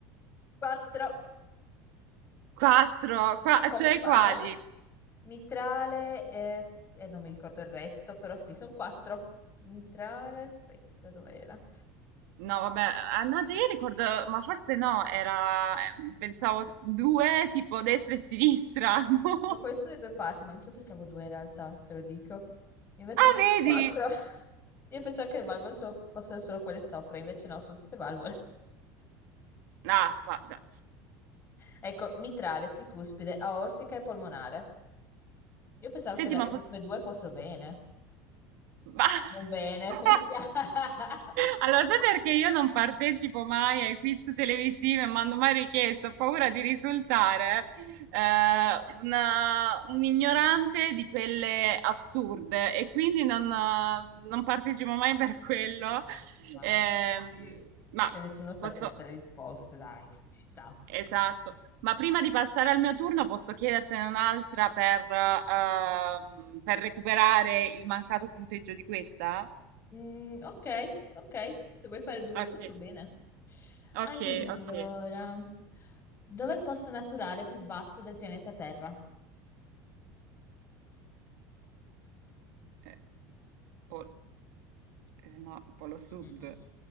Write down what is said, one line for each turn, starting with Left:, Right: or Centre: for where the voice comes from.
Left: quattro.
Right: Quattro? Qua-
Left: A quanto
Right: cioè
Left: pare.
Right: quali?
Left: Mitrale eh, e non mi ricordo il resto, però sì, sono quattro. Mitrale, aspetta, dov'era?
Right: No, vabbè, ah, no, cioè io ricordo, ma forse no, era... eh, Pensavo due, tipo destra e sinistra, <laughs> no?
Left: No, queste sono le due parti, ma anch'io pensavo due in realtà, te lo dico. Invece
Right: Ah,
Left: ne sono
Right: vedi?
Left: quattro. <laughs> Io pensavo che le valvole so- fossero solo quelle sopra, invece no, sono tutte valvole. <laughs>
Right: Ah, va, già.
Left: Ecco, mitrale, tricuspide, aortica e polmonare. Io pensavo
Right: Senti,
Left: che le
Right: ma
Left: ultime
Right: posso...
Left: due fossero vene.
Right: ma-
Left: Non vene,
Right: <laughs>
Left: come si chiama? <laughs>
Right: Allora, sai perché io non partecipo mai ai quiz televisivi e mando mai richieste? Ho paura di risultare eh, una- un ignorante di quelle assurde e quindi non, eh, non partecipo mai per quello.
Left: Ma
Right: Ehm,
Left: sì,
Right: ma
Left: cioè nessuno sa
Right: posso...
Left: tutte le risposte, dai, ci sta.
Right: Esatto, ma prima di passare al mio turno posso chiedertene un'altra per, ehm, per recuperare il mancato punteggio di questa?
Left: Mm, ok, ok, se vuoi fare 2-2
Right: Ok,
Left: va bene.
Right: ok,
Left: Allora,
Right: ok. Faccio.
Left: dov'è il posto naturale più basso del pianeta Terra?
Right: Eh, pol- eh, no, Polo Sud.
Left: Mm, mm, mm.